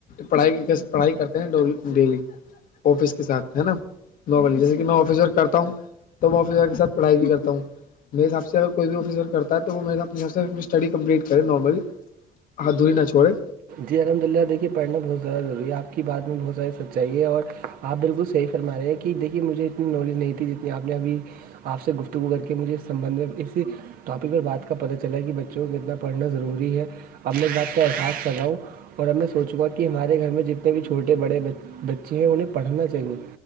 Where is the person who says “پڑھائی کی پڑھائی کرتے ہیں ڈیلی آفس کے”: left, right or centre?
Left